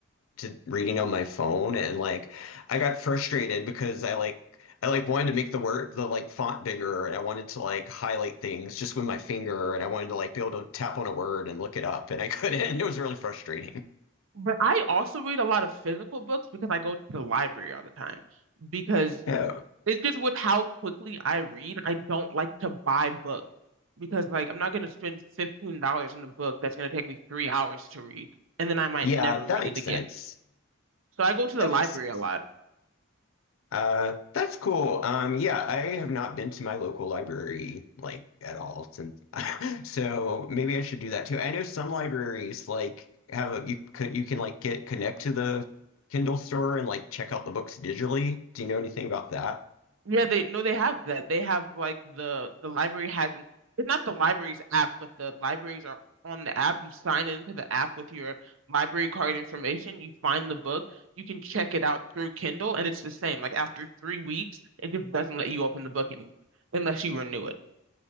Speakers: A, on the left; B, on the right.
A: to reading on my phone and like I got frustrated because I like I like wanted to make the word the like font bigger and I wanted to like highlight things just with my finger and I wanted to like be able to tap on a word and look it up and I couldn't. <laughs> It was really frustrating.
B: But I also read a lot of physical books because I go to the library all the time because
A: Oh,
B: It's just with how quickly I read, I don't like to buy books because like I'm not gonna spend fifteen dollars on a book that's gonna take me three hours to read, and then I might
A: yeah,
B: never
A: that
B: read
A: makes
B: it again.
A: sense.
B: So I go to the
A: That
B: library
A: makes sense.
B: a lot.
A: Uh, that's cool. Um, yeah, I have not been to my local library like at all since, <laughs> so maybe I should do that too. I know some libraries like have a you could you can like get connect to the Kindle store and like check out the books digitally. Do you know anything about that?
B: Yeah, they no, they have that. They have like the the library has an it's not the library's app, but the libraries are on the app. You sign into the app with your library card information. You find the book. You can check it out through Kindle, and it's the same. Like after three weeks, it just doesn't let you open the book anymore unless you renew it.